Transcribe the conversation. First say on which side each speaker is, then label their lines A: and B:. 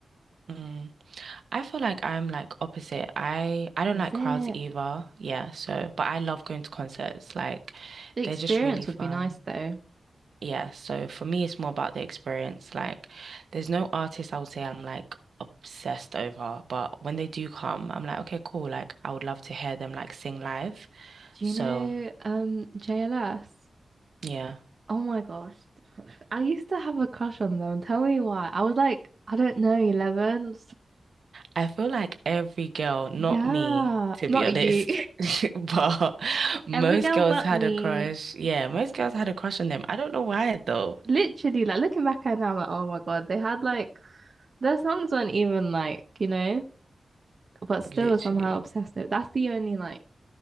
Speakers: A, on the right; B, on the right.
A: Mm. I feel like I'm like opposite. I I don't
B: is
A: like
B: it?
A: crowds either. Yeah, so but I love going to concerts. Like
B: The experience
A: they're just really fun.
B: would be nice though.
A: Yeah, so for me it's more about the experience. Like there's no artist I would say I'm like obsessed over, but when they do come, I'm like, okay, cool. Like I would love to hear them like sing live.
B: Do
A: So,
B: you know um JLS?
A: yeah.
B: Oh my gosh. <laughs> I used to have a crush on them. Tell me why. I was like, I don't know, 11.
A: I feel like every girl, not
B: Yeah,
A: me, to
B: not
A: be honest.
B: you.
A: <laughs> But
B: <laughs>
A: most
B: Every girl
A: girls
B: but
A: had
B: me.
A: a crush. Yeah, most girls had a crush on them. I don't know why though.
B: Literally, like looking back at it now, I'm like, oh my God, they had like their songs weren't even like, you know, but still
A: Literally.
B: somehow obsessed over. That's the only like